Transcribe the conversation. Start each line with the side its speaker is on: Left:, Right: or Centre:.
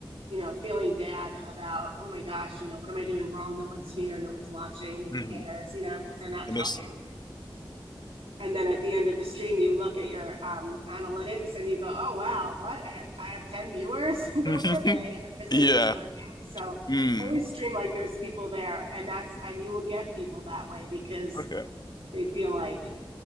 Right: you know feeling bad about oh my gosh you know what am i doing wrong no one's here no one's watching no one
Left: Mhm.
Right: cares you know because they're not
Left: And
Right: talking
Left: this
Right: and then at the end of the stream you look at your um, analytics and you go oh wow what i had i had 10 viewers <laughs> where
Left: <laughs>
Right: were they because they're
Left: Yeah.
Right: just lurking so
Left: Mm.
Right: always stream like there's people there and that's and you will get people that way because
Left: Okay.
Right: they feel like,